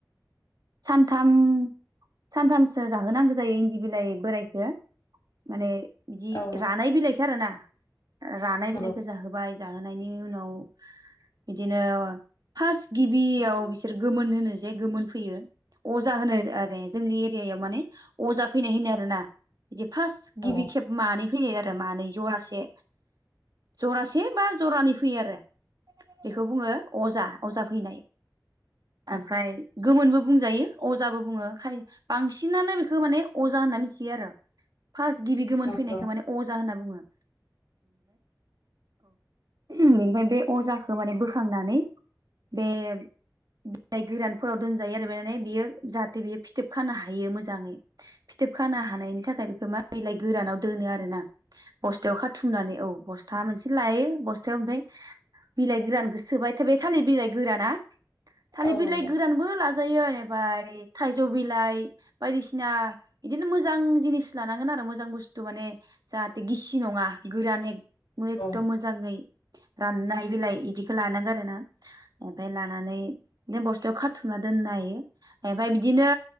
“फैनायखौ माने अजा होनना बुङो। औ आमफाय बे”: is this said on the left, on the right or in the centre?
Right